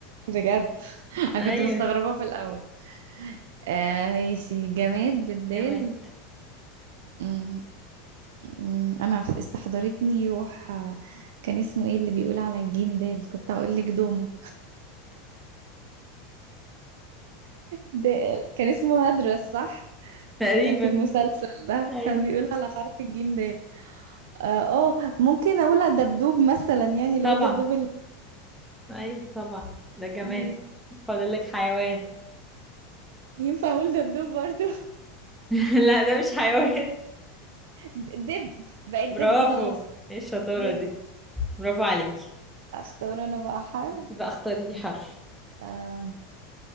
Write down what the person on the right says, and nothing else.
بجد <laughs> انا
كنت مستغربة في الاول آه ماشي جماد بالدال
أمم، أمم، انا استحضرتني روح آه، كان اسمه ايه اللي بيقول على الجيم ده اللي كنت اقول لك دومة دال كان اسمه هدرس صح
كان في المسلسل ده
كان بيقول على حرف الجيم دال اه آه، ممكن اقول على الدبدوب مثلا يعني اللي
هو الدبدوب اللي
ماشي
ينفع اقول دبدوب برضو
<laughs> دب
بقيت
دب خلاص
دب
اختار انا بقى حرف
آم،